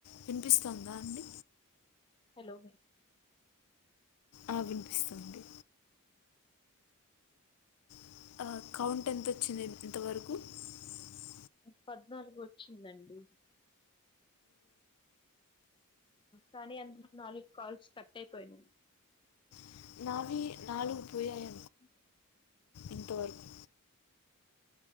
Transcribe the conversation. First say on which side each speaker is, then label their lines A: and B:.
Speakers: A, on the left; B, on the left.
A: వినిపిస్తుందా అండి
B: హలో
A: ఆ వినిపిస్తుంది <inaudible>
B: పద్నాలుగు వచ్చిందండి కానీ అందులో నాలుగు కాల్స్ కట్ అయిపోయినయ్
A: <inaudible>
B: అంట
A: ఇంతవరకు